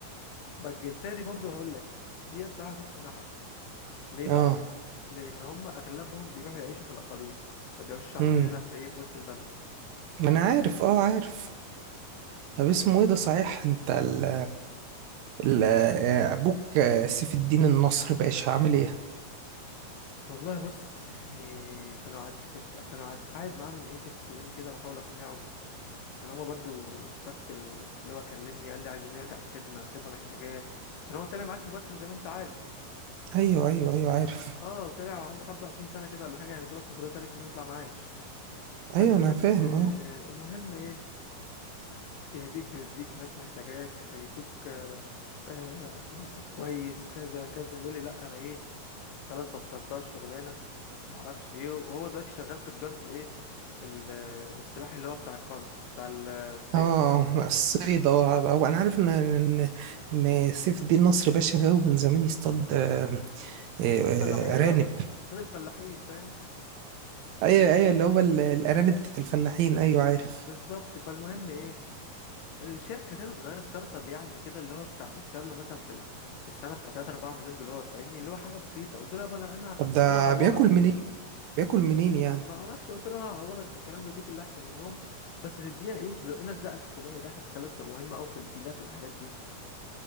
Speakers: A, on the left; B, on the right.
A: بقى الجنسيه دي برضو هقول لك دي بصراحه ما شفتش منها حد ليه
B: اه
A: بقى لان هم اغلبهم بيروحوا يعيشوا في الاقاليم ما بيعيشوش عندنا
B: امم
A: هنا في ايه في وسط البلد
B: ما انا عارف اه عارف طب اسمه ايه ده صحيح انت ال ال آه، ابوك آه، سيف الدين النصر باشا عامل ايه
A: والله بص يعني كانوا قعد كنت كانوا قعد قاعد معاه من ايه بنت يومين كده بحاول اقنعه عشان هما برضو السبت ال- اللي هو كلمني قال لي عايزين نرجع الخدمة الخدمة محتاجاه عشان هو طلع معاش مبكر زي ما انت عارف
B: ايوه ايوه ايوه عارف
A: اه طلع وعنده 25 سنة كده ولا حاجة يعني دوبك كان فاضل 3 سنين يطلع معاش فالمهم
B: ايوه انا فاهم اه
A: المهم ايه يهديك يرديك ناس محتاجاك هيدوك آه، آه، منصب كويس كذا كذا يقول لي لا انا ايه خلاص بطلتها الشغلانه ومعرفش ايه وهو دلوقتي شغال في تجاره الايه ال- آه، السلاح اللي هو بتاع الكونس بتاع ال- آه، الصين
B: اه آه، الصيد اه أو انا عارف ان ان ان سيف الدين نصر باشا غاوي من زمان يصطاد آه، آه، آه،
A: طب الفلاحين
B: ارانب
A: اه ب- قصاد الفلاحين فاهم
B: ايوه ايوه اللي هو ال- الارانب بتاعت الفلاحين ايوه عارف
A: بالظبط فالمهم ايه آه، شركه كده صغيره ستارت اب يعني كده اللي هو بتاع بيكسب له مثلا في ال- في السنه بتاع 3 4 مليون دولار فاهمني اللي هو حاجه بسيطه قلت له يابا انا انا
B: طب ده
A: انا هعوضك
B: بياكل منين بياكل منين يعني
A: ما اعرفش قلت له انا هعوضك بالكلام ده وديك اللي احسن منهم بس تدينا ايه تزقنا الزقه الحكوميه دي عشان تخليك تبقى مهمه قوي في الديلات والحاجات دي